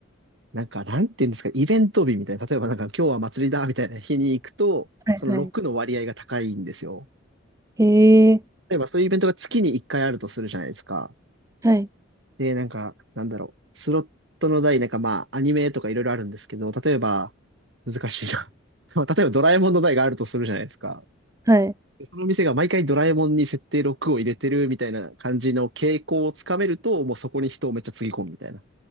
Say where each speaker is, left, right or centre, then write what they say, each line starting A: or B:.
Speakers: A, on the right; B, on the right.
A: なんか、なんていうんですか、イベント日みたいな。例えばなんか、今日は祭りだみたいな日に行くと、
B: はい、
A: その6の割合が高いんですよ。
B: はい。へえ。
A: 例えばそういうイベントが月に1回あるとするじゃないですか。
B: はい。
A: で、なんか、なんだろう。スロットの台、なんかまあ、アニメとかいろいろあるんですけど、例えば、難しいな。<laughs> まあ、例えばドラえもんの台があるとするじゃないですか。
B: はい。
A: でその店が毎回ドラえもんに設定6を入れてるみたいな感じの傾向をつかめると、もうそこに人をめっちゃつぎ込むみたいな。